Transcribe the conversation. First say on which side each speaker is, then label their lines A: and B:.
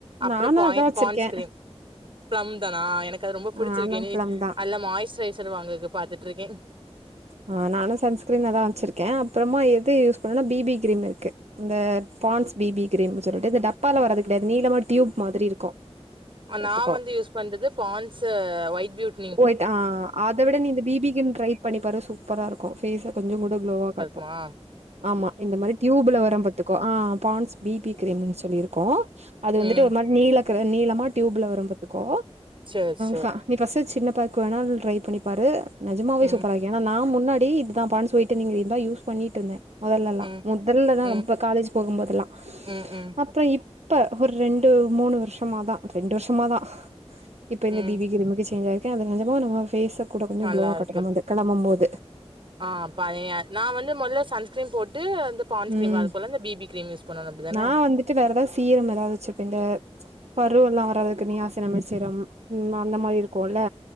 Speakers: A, on the right; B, on the right.
A: அப்பறோ
B: நானு
A: பான்
B: அதா வச்சிருக்கே
A: பான்ஸ்கிரீம் பிளம் தானா எனக்கு அது ரொம்ப புடிச்சிருக்கு
B: நானு
A: இனி
B: ப்ளம் தா
A: அதுல மாய்ஸ்சுரைசர் வாங்கக்கு பாத்துட்டு இருக்கே
B: ஆ நானு சன்ஸ்கிரீன் அதா வச்சிருக்க அப்றமா எது யூஸ் பண்ணும்னா பிபி கிரீம் இருக்கு இந்த பான்ஸ் பிபி கிரீம்னு சொல்லிட்டு இந்த டப்பால வரது கெடையாது நீளமா டியூப் மாதிரி இருக்கு பாத்துக்கோ
A: நா வந்து யூஸ் பண்றது பான்ஸ்சு ஒயிட் பியூட்
B: ஒயிட் ஆ அத விட நீ இந்த பிபி கிரீம் ட்ரை பண்ணி பாரு சூப்பரா இருக்கு பேஸ கொஞ்சோ கூட ஃகுளோவா காட்
A: மா
B: ஆமா இந்த மாரி டியூப்ல வரும் பாத்துக்கோ ஆ பான்ஸ் பிபி கிரீம்ன்னு சொல்லியிருக்கு அது வந்துட்டு
A: ம்
B: ஒரு மாரி நீல கலர் நீளமா டியூப்ல வரு பாத்துக்கோ
A: சேர் சேர்
B: ஸ்பெஷல் சின்ன பேக் வேணா ட்ரை பண்ணிபாரு நெஜமாவே
A: ம்
B: சூப்பராக்கு ஏன்னா நான் முன்னாடி இதுதான் பான்ஸ் போய்ட்டு நீங்க இதா யூஸ் பண்ணிட்ருந்த முதல்லல்லா
A: ம்
B: முதல்லதா
A: ம்
B: ரொம்ப காலேஜ் போகும்போதெல்லா
A: ம் ம்
B: அப்புறோ இப்ப ஒரு ரெண்டு மூணு வருஷமாதா ரெண்டு வருஷமாதா இப்ப
A: ம்
B: இந்த பிபிக்ரீம்க்கு சேஞ்சு ஆயிருக்க அது நெஜமே நம்ம பேஸ் கூட கொஞ்சோ
A: நல்லா
B: க்ளோவா
A: இருக்கு
B: காட்டு நம்ம கெளம்பும்போது
A: ஆ பழைய ன் வந்து மொதல்ல சன்ஸ்கிரீம் போட்டு அந்த பான்ஸ்கிரீம்
B: ம்
A: அதுக்குள்ள இந்த பிபி கிரீம் யூஸ் பண்ணணு அப்டிதான
B: நா வந்துட்டு வேற ஏதாது சீரம் ஏதாவது வச்சிருப்பீங்க பரு எல்லா வராதுக்கு நீயாசனமைச்சீரம் அந்த மாரி இருக்குல்ல